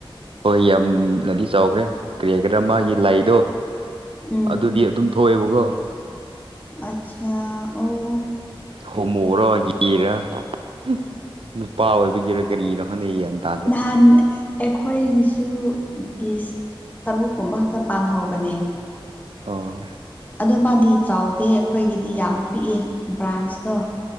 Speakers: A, on the right; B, on the left.
A: ꯍꯣꯏ ꯌꯥꯝꯅꯗꯤ ꯆꯥꯎꯒ꯭ꯔꯦ ꯀꯔꯤꯒꯦꯔꯥ ꯃꯥꯒꯤ ꯂꯥꯏꯗꯣ
B: ꯎꯝ
A: ꯑꯗꯨꯗꯤ ꯑꯗꯨꯝ ꯊꯣꯛꯑꯦꯕꯀꯣ
B: ꯑꯆꯥ ꯑꯣ
A: ꯍꯣꯝꯃꯣꯔꯥ ꯒꯦꯔꯥ ꯍꯝ ꯅꯨꯄꯥ ꯑꯣꯏꯕꯒꯤꯔꯥ ꯀꯔꯤꯔꯥ ꯈꯪꯗꯦ ꯌꯥꯟ ꯇꯥ
B: ꯍꯥꯟ ꯑꯩꯈꯣꯏꯒꯤꯁꯨ ꯄꯤꯁ ꯇꯔꯨꯛꯀꯨꯝꯕ ꯈꯛꯇ ꯄꯥꯟꯍꯧꯕꯅꯦ
A: ꯑꯣ
B: ꯑꯗꯣ ꯃꯥꯗꯤ ꯆꯥꯎꯗꯦ ꯑꯩꯈꯣꯏꯒꯤꯗꯤ ꯌꯥꯝ ꯄꯤꯛꯑꯦ ꯕ꯭ꯔꯥꯟꯁꯇꯣ